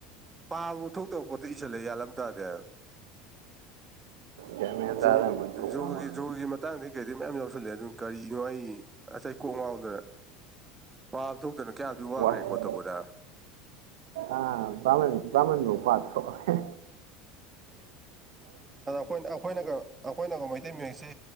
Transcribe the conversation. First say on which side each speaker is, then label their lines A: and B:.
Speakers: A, on the right; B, on the right.
A: ꯄꯥꯕꯚꯧ ꯊꯣꯛꯇꯕ ꯄꯣꯠꯇꯣ ꯏꯁꯜꯂꯦ ꯒꯌ꯭ꯥꯟꯂꯝ ꯇꯥꯗꯦ ꯍꯥꯢꯕ
B: ꯒ꯭ꯌꯥꯟ ꯃꯦꯟ ꯇꯥꯗꯅ
A: ꯖꯣ
B: ꯃꯣꯏ ꯊꯣꯛꯄ
A: ꯖꯣꯒꯒꯤ
B: ꯑꯃ
A: ꯖꯣꯒꯒꯤ ꯃꯇꯥꯡꯗꯒꯤ ꯀꯩꯗꯩ ꯃꯌꯥꯝ ꯌꯥꯎꯁꯜꯂꯑꯦ ꯑꯗꯨ ꯀꯔꯤꯅꯣ ꯑꯩ ꯑꯁ ꯑꯩ ꯀꯣꯛ ꯉꯥꯎꯗꯅ ꯄꯥꯕ ꯊꯣꯛꯇꯅ ꯀꯌꯥꯗꯤ ꯋꯥꯒ꯭ꯔꯦ
B: ꯋꯥꯍꯩ
A: ꯔꯦꯀꯣꯔꯗ ꯇꯧꯕꯗ
B: ꯑꯥ ꯄꯥꯡꯒꯟ ꯄꯥꯡꯒꯟꯚꯧ ꯄꯥ ꯊꯣꯛꯑꯣꯢ
A: ꯑꯗ ꯑꯩꯈꯣꯏꯅ ꯑꯩꯈꯣꯏꯅꯒ ꯑꯩꯈꯣꯏꯅꯒ ꯃꯩꯇꯩ ꯃꯌꯦꯛꯁꯦ